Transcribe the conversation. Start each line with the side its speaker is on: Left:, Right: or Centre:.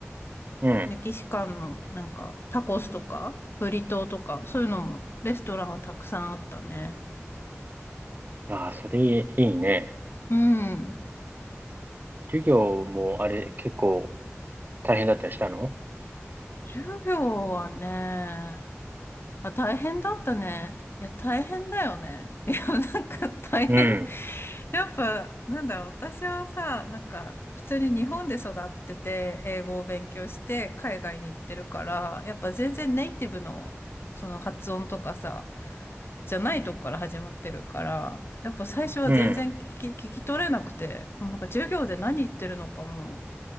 Right: うん。
Left: メキシカンのなんかタコスとか、ブリトーとか、そういうのもレストランがたくさんあったね。
Right: ああ、それいいね。
Left: うん。
Right: 授業もあれ結構大変だったりしたの
Left: 授業はね、まあ、大変だったね。いや、大変だよね。<laughs> いや、なんか大変。
Right: うん、
Left: やっぱ、なんだろう、私はさ、なんか、普通に日本で育ってて、英語を勉強して、海外に行ってるから、やっぱ全然ネイティブの、その発音とかさ、じゃないとこから始まってるから、やっぱ最初は全然聞き、
Right: うん、
Left: 聞き取れなくて、もうなんか授業で何言ってるのかも、